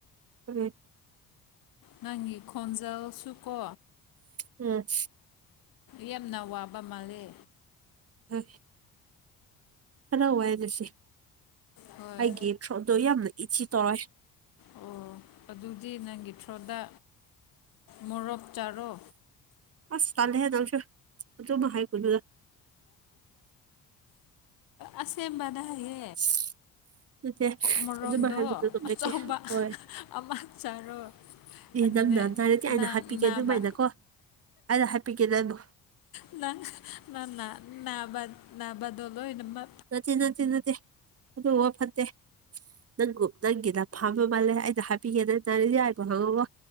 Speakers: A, on the right (about 45°); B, on the left (about 75°).
A: ꯎꯝ
B: ꯅꯪꯒꯤ ꯈꯣꯟꯖꯦꯜꯁꯨ ꯀꯣ
A: ꯎꯝ
B: ꯌꯥꯝꯅ ꯋꯥꯕ ꯃꯥꯜꯂꯤ
A: ꯍ ꯍꯔꯥꯎꯔ ꯇꯁ
B: ꯍꯣꯏ
A: ꯍꯥꯏꯒꯦ ꯁꯗꯏ ꯌꯥꯝꯅ ꯏꯆꯤ ꯇꯔꯏ
B: ꯑꯣ ꯑꯗꯨꯗꯤ ꯅꯪꯒꯤ ꯊ꯭ꯔꯣꯗ ꯃꯣꯔꯣꯛ ꯆꯥꯔꯣ
A: ꯑꯁ ꯇꯂꯦ ꯅꯝꯁꯨ ꯑꯗꯨꯃ ꯍꯥꯏ ꯀꯂꯨꯗ
B: ꯑꯁꯦꯕꯅꯍꯦ
A: ꯎ ꯅꯠꯇꯦ
B: ꯃꯣꯔꯣꯛꯗꯣ
A: ꯑꯗꯨꯝ ꯍꯥꯏꯕꯗꯨ ꯑꯗꯨꯝ
B: ꯑꯆꯧꯕ
A: ꯂꯩꯇꯦ ꯍꯣꯏ
B: ꯑꯃ ꯆꯥꯔꯣ
A: ꯑꯦ
B: ꯑꯗꯨꯅꯦ
A: ꯅꯪ ꯅ ꯅꯟꯗꯥꯔꯗꯤ ꯑꯩꯅ
B: ꯅꯪ
A: ꯍꯥꯞꯄꯤꯒꯦ
B: ꯅꯥꯕ
A: ꯑꯗꯨꯃꯥꯏꯅꯀꯣ ꯑꯗ ꯍꯥꯏꯄꯤꯒꯦ ꯅꯪꯕꯨꯣ
B: ꯅꯪ ꯅ ꯅꯥꯕ ꯅꯥꯕꯗꯂꯣ ꯏꯅꯃ
A: ꯅꯠꯇ ꯅꯠꯇ ꯅꯠꯇꯦ ꯑꯗꯨ ꯋꯥ ꯐꯠꯇꯦ ꯅꯪ ꯅꯪꯒꯤꯗ ꯐꯃ ꯃꯥꯜꯂꯦ ꯑꯩꯗ ꯍꯥꯞꯄꯤꯒꯦꯗ ꯇꯔꯤꯗꯤ ꯌꯥꯏꯕꯣ ꯈꯪꯉ